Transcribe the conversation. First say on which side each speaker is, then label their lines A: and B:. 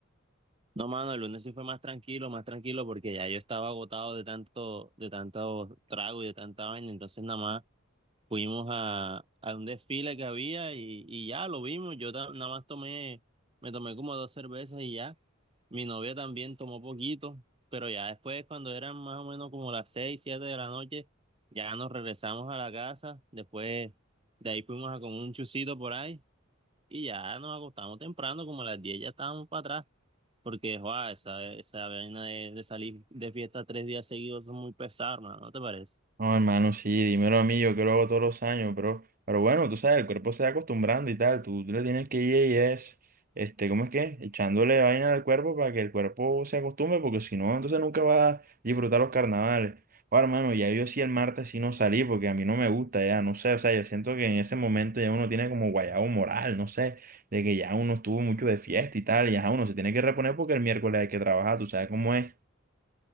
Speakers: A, on the right (about 30°); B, on the right (about 45°).
A: No, mano, el lunes sí fue más tranquilo, más tranquilo, porque ya yo estaba agotado de tanto, de tanto trago y de tanta vaina, entonces nada más. Fuimos a, a un desfile que había y, y ya lo vimos. Yo ta- nada más tomé, me tomé como dos cervezas y ya. Mi novia también tomó poquito, pero ya después, cuando eran más o menos como las seis, siete de la noche, ya nos regresamos a la casa. Después de ahí fuimos a comer un chucito por ahí y ya nos acostamos temprano, como a las diez ya estábamos para atrás, porque joa, esa, esa vaina de, de salir de fiesta tres días seguidos es muy pesada, hermano, ¿no te parece?
B: No, hermano, sí, dímelo a mí, yo que lo hago todos los años, pero, pero bueno, tú sabes, el cuerpo se va acostumbrando y tal, tú, tú le tienes que ir y es, este, ¿cómo es que? Echándole vaina al cuerpo para que el cuerpo se acostumbre, porque si no, entonces nunca va a disfrutar los carnavales. Ahora, hermano, ya yo sí el martes sí no salí, porque a mí no me gusta, ya, no sé, o sea, yo siento que en ese momento ya uno tiene como guayabo moral, no sé, de que ya uno estuvo mucho de fiesta y tal, y ya uno se tiene que reponer porque el miércoles hay que trabajar, tú sabes cómo es.